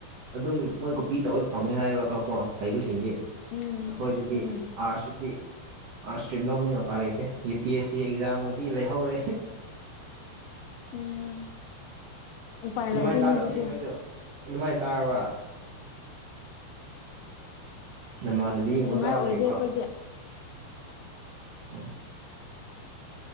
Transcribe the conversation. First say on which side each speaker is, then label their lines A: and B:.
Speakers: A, on the right; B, on the left.
A: ꯑꯗꯨꯝ ꯃꯣꯏ ꯀꯣꯞꯄꯤ ꯇꯧꯔ ꯐꯪꯉ‌ꯦ ꯍꯥꯏꯕ ꯈꯔꯀꯣ ꯍꯩꯕꯁꯤꯡꯗꯤ ꯑꯩꯈꯣꯏꯗꯗꯤ
B: ꯎꯝ ꯎꯝ
A: ꯑꯥꯔꯠꯁꯇꯗꯤ ꯑꯥꯔꯠꯁ ꯏꯁꯇ꯭ꯔꯤꯝ ꯂꯧꯃꯤꯅ ꯎꯄꯥꯏ ꯂꯩꯇꯦ ꯌꯨ ꯄꯤ ꯑꯦꯁ ꯁꯤ ꯑꯦꯛꯖꯥꯝꯒꯗꯤ ꯂꯩꯍꯧꯔꯦ
B: ꯎꯝ ꯎꯄꯥꯏ
A: ꯑꯗꯨꯃꯥꯏꯅ
B: ꯂꯩꯇꯦꯅꯦ
A: ꯇꯥꯔꯝꯅꯤ
B: ꯑꯗꯨꯗꯤ
A: ꯅꯣꯏꯁꯨ ꯑꯗꯨꯃꯥꯏꯅ ꯇꯥꯔꯕ꯭ꯔꯥ ꯅꯃꯥꯟꯅꯕꯤ ꯌꯦꯡꯕ
B: ꯑꯗꯨꯃꯥꯏꯅ
A: ꯀꯥꯕ
B: ꯑꯣꯏꯗꯦ
A: ꯂꯩꯕ꯭ꯔꯣ
B: ꯑꯩꯈꯣꯏꯗꯤ
A: ꯑꯣ